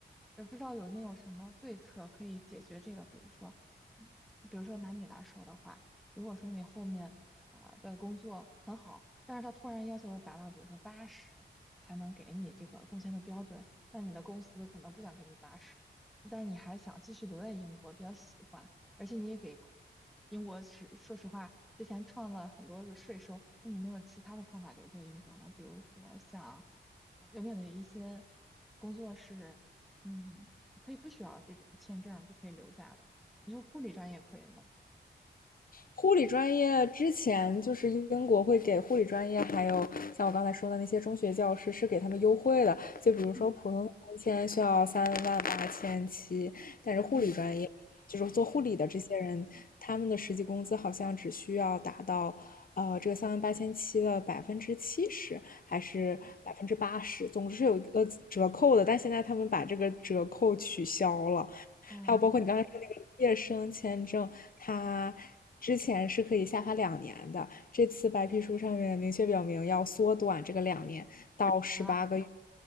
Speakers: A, in the centre; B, on the left.
A: 也不知道有没有什么对策可以解决这个，比如说，嗯，比如说拿你来说的话，如果说你后面啊、呃的工作很好，但是他突然要求达到，比如说八十才能给你这个工签的标准，那你的公司可能不想给你八十，但是你还想继续留在英国，比较喜欢，而且你也给。英国是说实话，之前创了很多的税收，那你没有其他的方法留在英国呢？比如说像啊，有没有哪一些工作是，嗯，你可以不需要这种签证就可以留下的？你说护理专业可以吗？
B: 护理专业之前就是英国会给护理专业，还有像我刚才说的那些中学教师是给他们优惠的，就比如说普通的三千需要三万八千七，
A: 嗯
B: 但是护理专业就是做护理的这些人，
A: 嗯嗯
B: 他们的实际工资好像只需要达到。呃，这个三万八千七的百分之七十还是百分之八十，总之是有一个折扣的，但现在他们把这个折扣取消了，还有包括你刚才说那个毕业生签证，
A: 哦 no <laughs>
B: 它之前是可以下发两年的，
A: 嗯
B: 这次白皮书上面明确表明要缩短这个两年到十八个月，
A: 啊